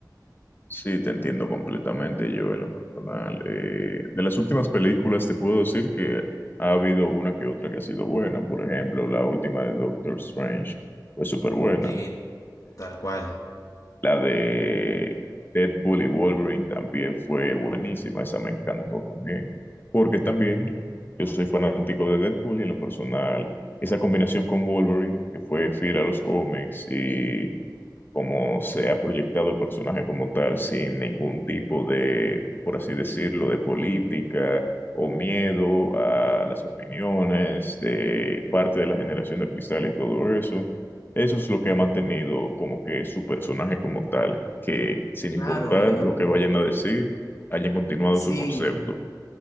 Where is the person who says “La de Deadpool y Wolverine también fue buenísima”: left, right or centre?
Left